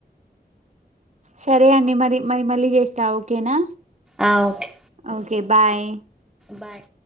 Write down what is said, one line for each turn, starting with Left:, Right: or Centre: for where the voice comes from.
Right: సరే అండి మరి మరి మళ్ళీ చేస్తా ఓకేనా
Centre: ఆ ఓకే
Right: ఓకే బాయ్
Centre: బాయ్